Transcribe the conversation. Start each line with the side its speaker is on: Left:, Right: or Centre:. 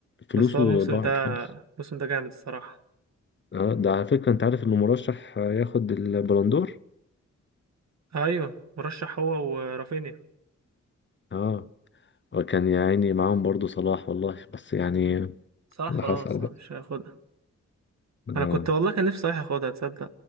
Left: فلوسه
Right: بس هو الموسم
Left: ضاعت
Right: ده
Left: خالص
Right: الموسم ده جامد الصراحة
Left: اه ده على فكرة انت عارف انه مرشح ياخد البلندور
Right: ايوه مرشح هو ورافينيا
Left: اه وكان يا عيني معاهم برضو صلاح والله بس يعني
Right: صلاح
Left: اللي
Right: خلاص
Left: حصل بقى
Right: هو مش هياخدها
Left: اه
Right: انا كنت والله كان نفسي صلاح ياخدها تصدق